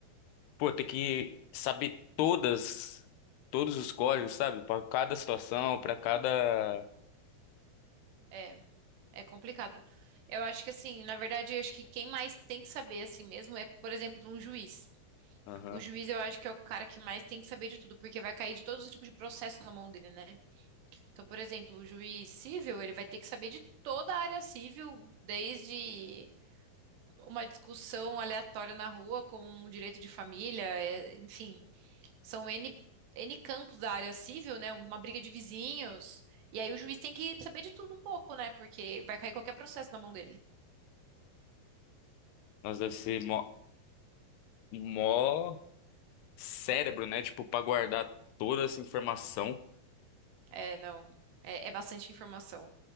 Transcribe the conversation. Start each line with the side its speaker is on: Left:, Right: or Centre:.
Left: pô, ter que saber todas todos os códigos, sabe? Pra cada situação, pra cada
Right: É, é complicado. Eu acho que assim, na verdade, eu acho que quem mais tem que saber assim mesmo é, por exemplo, um juiz.
Left: Aham.
Right: O juiz eu acho que é o cara que mais tem que saber de tudo, porque vai cair de todos os tipos de processo na mão dele, né? Então, por exemplo, o juiz civil, ele vai ter que saber de toda a área civil, desde uma discussão aleatória na rua, como um direito de família, é, enfim. São N, N campos da área civil, né? Uma briga de vizinhos. E aí o juiz tem que saber de tudo um pouco, né? Porque vai cair qualquer processo na mão dele.
Left: Nós deve ser. mó cérebro, né? Tipo, pra guardar toda essa informação.
Right: É, não. É, é bastante informação.